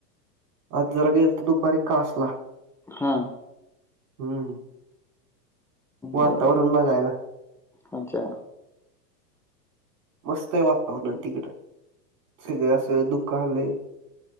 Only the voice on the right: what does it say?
आज जरा गेलतो तर दुपारी कांसला.
हूं! वातावरण
बघायला.
मस्तय हे वातावरण तिकड सगळ असं धुकं आलंय.